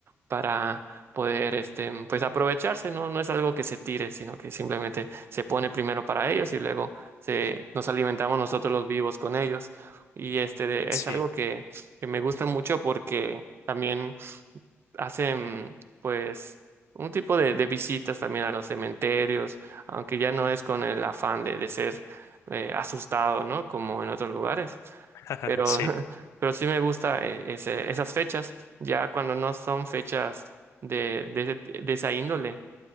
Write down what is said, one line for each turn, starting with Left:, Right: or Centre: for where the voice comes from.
Right: para poder, este, pues aprovecharse, ¿no? No es algo que se tire, sino que simplemente se pone primero para ellos y luego se, nos alimentamos nosotros los vivos con ellos. Y este,
Left: sí,
Right: es algo que, que me gusta mucho porque también hacen pues un tipo de, de visitas también a los cementerios, aunque ya no es con el afán de, de ser eh, asustado, ¿no? Como en otros lugares.
Left: <laughs>
Right: Pero,
Left: sí,
Right: <laughs> pero sí me gusta eh, ese- esas fechas, ya cuando no son fechas de, de, de esa índole,